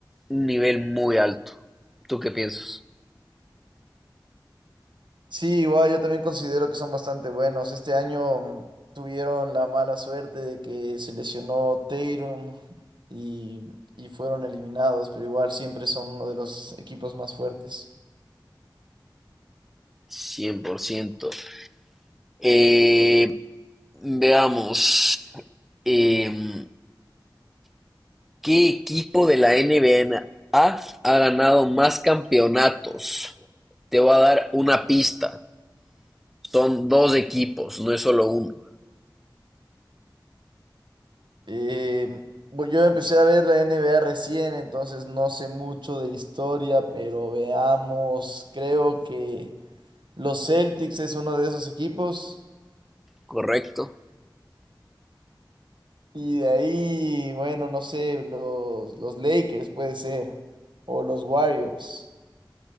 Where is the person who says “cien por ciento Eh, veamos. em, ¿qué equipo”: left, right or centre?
Centre